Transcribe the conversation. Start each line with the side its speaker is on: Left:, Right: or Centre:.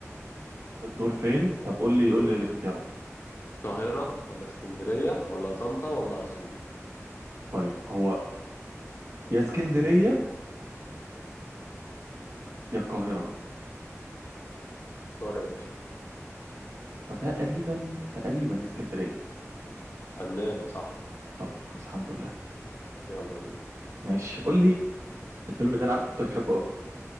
Right: الدور فين طب قول لي قول
Left: في
Right: لي اختيارات
Left: القاهرة ولا اسكندرية ولا طنطا ولا أسيوط؟
Right: طيب هو يا اسكندريه يا القاهره
Left: اختار يا باشا
Right: فتقريبا تقريبا اسكندريه
Left: فنان صح
Right: طيب كويس الحمد لله
Left: يلا بينا
Right: ماشي قول لي الفيلم ده انا عارف انت بتحبه قوي